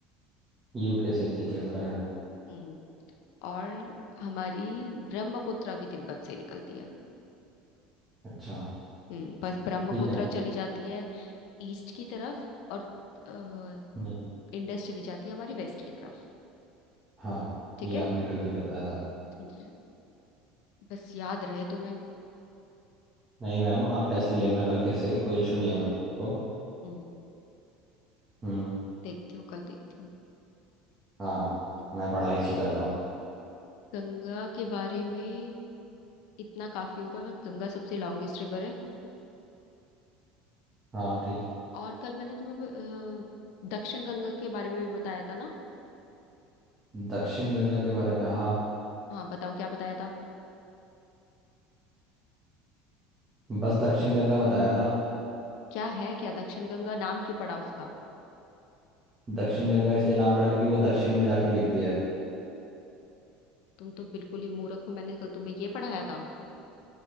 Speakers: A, on the right; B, on the left.
A: यूके से ठीक है उत्तराखंड
B: हम्म और हमारी ब्रह्मपुत्रा भी तिब्बत से निकलती है
A: अच्छा
B: हम्म बस ब्रह्मपुत्रा
A: ठीक है मैम
B: चली जाती है ईस्ट की तरफ और अ,
A: नहीं,
B: इंडस चली जाती है हमारी वेस्ट की तरफ
A: हाँ
B: ठीक
A: ये
B: है
A: आपने कल भी बताया था
B: हम्म, बस याद रहे तुम्हें
A: नहीं मैम आप टेस्ट ले लेना कल फिर से कोई इशू नहीं है मेरे को
B: हम्म
A: हम्म
B: देखती हूँ कल देखती हूँ
A: हाँ
B: हम्म,
A: मैं पढ़ाई अच्छी करता हूँ
B: गंगा के बारे में इतना काफी होगा कि गंगा सबसे लॉन्गेस्ट रिवर है
A: हाँ ठीक
B: और कल मैंने तुम्हें अ, दक्षिण गंगा के बारे में भी बताया था ना
A: दक्षिण गंगा के बारे में हाँ
B: हाँ बताओ क्या बताया था
A: बस दक्षिण गंगा बताया था
B: क्या है क्या दक्षिण गंगा नाम क्यों पड़ा उसका
A: दक्षिण गंगा इसलिए नाम पड़ा क्योंकि वो दक्षिण में जाके गिरती है
B: तुम तो बिल्कुल ही मूर्ख हो मैंने कल तुम्हें ये पढ़ाया था